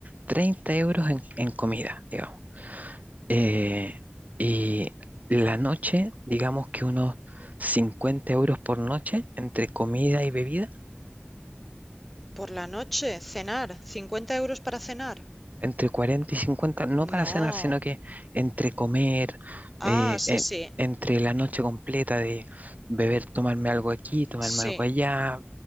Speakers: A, on the right; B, in the centre.
A: 30 euros en, en comida, digamos. Eh, y la noche, digamos que unos 50 euros por noche entre comida y bebida,
B: Por la noche, cenar, 50 euros para cenar.
A: entre cuarenta y cincuenta no
B: No.
A: para cenar, sino que entre comer,
B: Ah,
A: eh,
B: sí,
A: en-
B: sí,
A: entre la noche completa de beber, tomarme algo aquí, tomarme
B: sí.
A: algo allá,